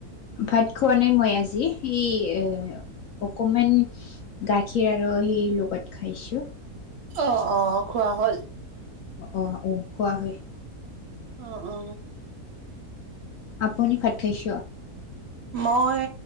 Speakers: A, on the left (about 65°); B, on the right (about 55°).
A: ভাত খোৱা নাই মই আজি এই এ অকমান গাখীৰ আৰু সেই লগত খাইছো
B: অহ অ খোৱা হ'ল
A: অ অ কোৱা হয়
B: অ অ
A: আপুনি ভাত খাইছ?
B: মই